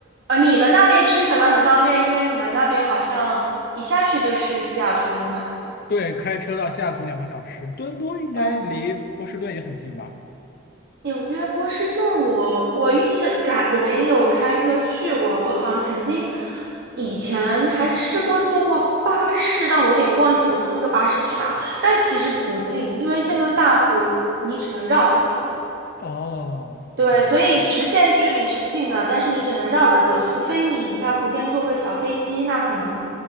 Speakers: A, on the right; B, on the left.
A: 呃，你们那边去可能很方便，因为你们那边好像一下去就是西雅图了嘛。
B: 对，开车到西雅图两个小时，多伦多应该离波士顿也很近吧？
A: 嗯。纽约波士顿我，我印象感我没有开车去过，我好像曾经以前还试过坐过巴士，但我有点忘记我坐那个巴士去哪了。但其实不近，因为那个大湖你只能绕着走，
B: 哦，
A: 对，
B: 明白了，
A: 所以直线距离是近的，但是你只能绕着走，除非你在湖边坐个小飞机，那可能